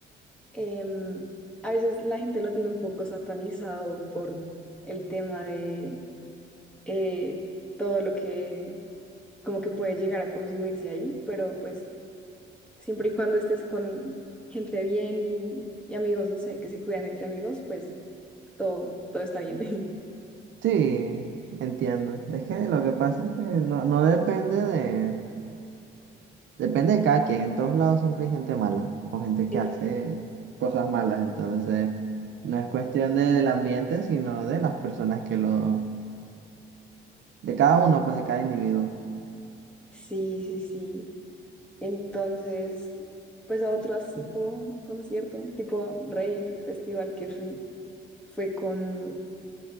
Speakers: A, in the centre; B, on the right.
A: Em, a veces la gente lo tiene un poco satanizado por el tema de eh, todo lo que como que puede llegar a consumirse ahí, pero pues siempre y cuando estés con gente bien y, y amigos, no sé, que se cuidan entre amigos, pues todo, todo está bien. <laughs>
B: Sí, entiendo. Es que lo que pasa es que no, no depende de... Depende de cada quien. En todos lados siempre hay gente mala o gente que
A: Exacto.
B: hace cosas malas. Entonces, no es cuestión del ambiente, sino de las personas que lo... De cada uno, pues de cada individuo.
A: Sí, sí, sí. Entonces, pues a otro así como concierto, tipo rave festival que fui, fue con